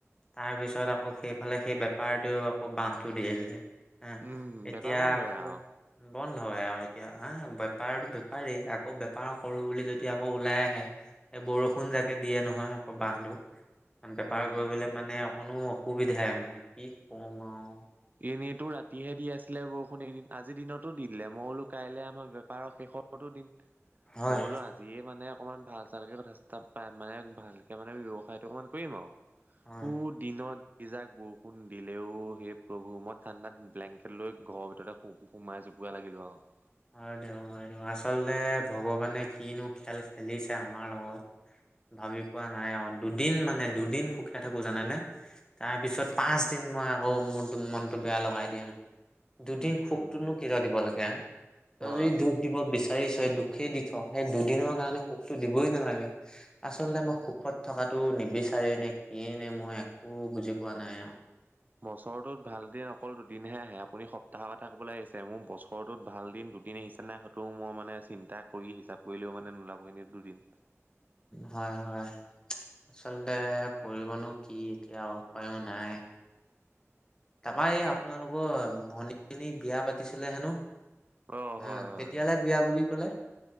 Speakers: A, on the left; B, on the right.
A: তাৰপিছত আকৌ সেইফালে সেই বেপাৰটোৱে আকৌ বাঁহটো দিয়ে দিলে। হা,
B: উম
A: এতিয়া
B: বেপাৰ বন্ধই
A: আকৌ
B: আৰু
A: বন্ধ হয় আৰু এতিয়া হা, বেপাৰতো বেপাৰেই আকৌ বেপাৰ কৰোঁ বুলি যদি আকৌ ওলাই আহে এই বৰষুণ যাকে দিয়ে নহয়, আকৌ বাহটো। বেপাৰ
B: উম
A: কৰিবলৈ মানে অকণো অসুবিধাই মানে কি কম আৰু
B: এনেইতো ৰাতিহে দি আছিলে বৰষুণ, এদিন আজিৰ দিনতো দি দিলে, মই বোলো কাইলৈ আমাৰ বেপাৰৰ শেষত তো দিন
A: হয়
B: মই বোলো আজি যিয়ে মানে অকণমান ভাল চালকে কথা চথা পায়, মানে ভালকে মানে ব্যৱসায়টো অকমান কৰিম আৰু
A: হয়
B: উ দিনত যি যাক বৰষুণ দিলে অও সেই প্ৰভূ মই ঠাণ্ডাত ব্লেংকেট লৈ ঘৰৰ ভিতৰতে সোমাই জোপোকা লাগিলো আৰু
A: হয় দিয়ক হয়, দিয়ক আচলতে ভগৱানে কিনো খেল খেলিছে আমাৰ লগত ভাবি পোৱা নাই আৰু দুদিন মানে দুদিন সুখে থাকো জানানে। তাৰপিছত পাঁচদিন মই আকৌ মোৰ মনটো বেয়া লগাই দিয়া নহয় দুদিন
B: উম
A: সুখটোনো
B: উম
A: কিয় দিব লাগে তই
B: হয়
A: যদি
B: হয়
A: দুখ দিব বিচাৰিছই, দুখেই দি থহ, সেই দুদিনৰ কাৰণে সুখটো দিবই নালাগে। আচলতে মই সুখত থকাতো নিবিচাৰে নে কিয়েই নে, মই একো বুজি পোৱা নাই আৰু
B: বছৰটোত ভাল দিন অকল দুদিনহে আহে আপুনি সপ্তাহৰ কথা ক'বলৈ লাগিছে, মোৰ বছৰটোত ভাল দিন দুদিন আহিচে নাই, হয়তো মই মানে চিন্তা কৰি হিচাপ কৰিলেও মানে নোলাব কিন্ত দুদিন
A: হয় হয়। আচলতে কৰিবনো কি, এতিয়া উপায়ো নাই। তাৰপৰা এই আপোনালোকৰ ভনীজনীক বিয়া পাতিছিলে হেনো?
B: অ হয়
A: আহ,
B: হয়
A: কেতিয়ালে
B: হয়
A: বিয়া বুলি ক'লে?